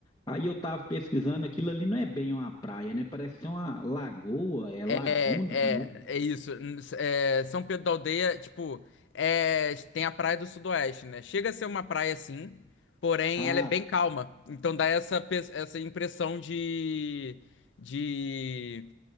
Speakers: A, on the left; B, on the left.
A: aí eu estava pesquisando aquilo ali não é bem uma praia, né? Parece ser uma lagoa, é
B: É,
A: laguna, parece.
B: é, é isso. N- s- é, São Pedro da Aldeia, tipo, é, tem a Praia do Sudoeste, né? Chega a ser uma praia sim, porém
A: Ah,
B: ela é bem calma. Então dá essa, pe- essa impressão de, de